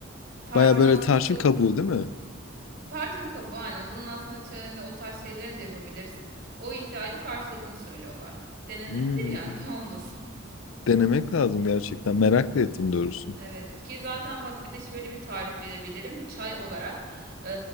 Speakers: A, on the right; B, on the left.
A: Tarçın
B: Baya böyle
A: aslında
B: tarçın
A: çikolata
B: kabuğu değil mi?
A: Tarçın kabuğu aynen. Bunun aslında çayını o tarz şeylerini de yapabilirsin. O ihtiyacı karşıladığını söylüyorlar. Denenebilir
B: Hmm.
A: yani <laughs> niye olmasın?
B: Denemek lazım gerçekten. Merak da ettim doğrusu.
A: Evet ki zaten bak bir de şöyle bir tarif verebilirim. Çay olarak e,